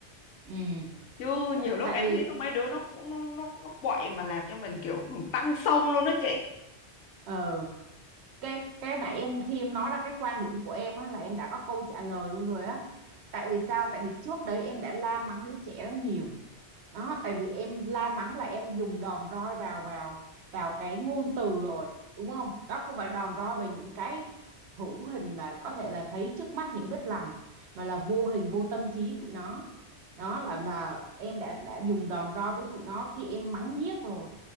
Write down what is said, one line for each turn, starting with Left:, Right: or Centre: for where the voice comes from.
Right: ừ
Left: chứ
Right: Đạ-
Left: nhiều lúc
Right: tại
Left: em
Right: vì
Left: thấy có mấy đứa nó cũng nó nó, nó quậy mà làm cho mình kiểu ừ, tăng xông luôn đó chị
Right: ờ cái cái nãy em khi em nói ra cái quan điểm của em á, là em đã có câu trả lời luôn rồi á tại vì sao tại vì trước đấy em đã la mắng đứa trẻ đó nhiều đó tại vì em la mắng là em dùng đòn roi vào vào vào cái ngôn từ rồi đúng không đó không phải đòn roi về những cái hữu hình là có thể là thấy trước mắt những vết lằn mà là vô hình vô tâm trí tụi nó đó là là em đã đã dùng đòn roi với tụi nó khi em mắng nhiếc rồi